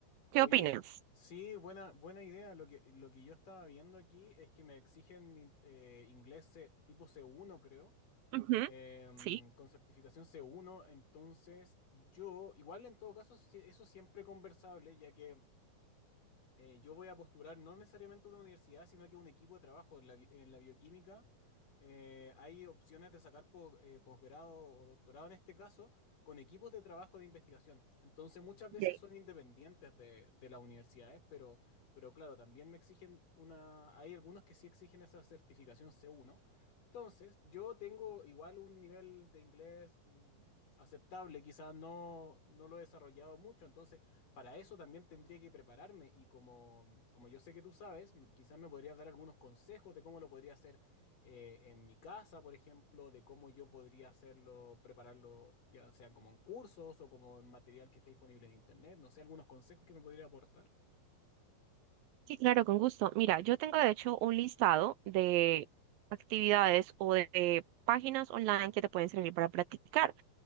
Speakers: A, on the right; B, on the left.
A: ¿Qué
B: Oye,
A: opinas?
B: sí, buena, buena idea. Lo que, lo que yo estaba viendo aquí es que me exigen in- eh, inglés eh, tipo C1, creo.
A: Ujú,
B: em,
A: Sí.
B: con certificación c uno, entonces yo, igual en todo caso, si- eso siempre conversable, ya que eh, yo voy a postular no necesariamente a una universidad, sino que a un equipo de trabajo en la, bi- en la bioquímica. eh, hay opciones de sacar po- eh, posgrado o doctorado en este caso con equipos de trabajo de investigación. Entonces muchas veces
A: Ok.
B: son independientes de, de las universidades, pero, pero claro, también me exigen una... Hay algunos que sí exigen esa certificación C1. Entonces, yo tengo igual un nivel de inglés mm, aceptable, quizás no, no lo he desarrollado mucho, entonces para eso también tendría que prepararme y como, como yo sé que tú sabes, m- quizás me podrías dar algunos consejos de cómo lo podría hacer eh, en mi casa, por ejemplo, de cómo yo podría hacerlo, prepararlo, ya sean como en cursos o como en material que esté disponible en internet, no sé, algunos consejos que me podría aportar.
A: Sí, claro, con gusto. Mira, yo tengo de hecho un listado de actividades o de eh, páginas online que te pueden servir para practicar.